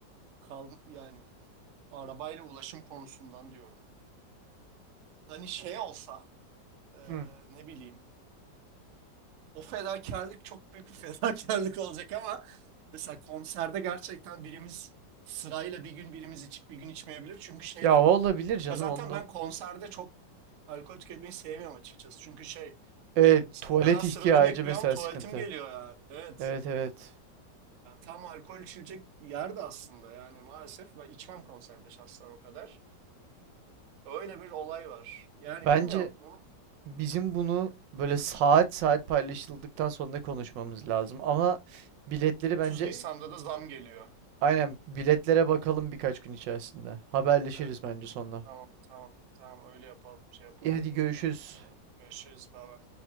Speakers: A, on the right; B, on the right.
A: kal yani Arabayla ulaşım konusundan diyorum. Hani şey olsa e,
B: Hı.
A: ne bileyim o fedakarlık çok büyük bir fedakarlık <laughs> olacak ama mesela konserde gerçekten birimiz sırayla bir gün birimiz içip bir gün içmeyebilir. Çünkü şey
B: Ya
A: de
B: o olabilir canım
A: ya zaten
B: onunla.
A: ben konserde çok alkol tüketmeyi sevmiyorum açıkçası. Çünkü şey
B: Evet,
A: mesela
B: tuvalet
A: o kadar sırada
B: ihtiyacı
A: bekliyorum
B: mesela
A: tuvaletim
B: sıkıntı.
A: geliyor yani. Evet.
B: Evet evet.
A: Ya tam alkol içilecek yerde aslında yani maalesef ben içmem konserde şahsen o kadar. Öyle bir olay var. Yani
B: Bence
A: bilmiyorum. bunu
B: bizim bunu böyle saat saat paylaşıldıktan sonra konuşmamız lazım ama biletleri
A: 30
B: bence
A: Nisan'da da zam geliyor.
B: Aynen biletlere bakalım birkaç gün içerisinde. Haberleşiriz
A: Evet.
B: bence sonra.
A: Tamam, tamam, tamam öyle yapalım, şey yapalım.
B: İyi hadi görüşürüz.
A: Görüşürüz, baba.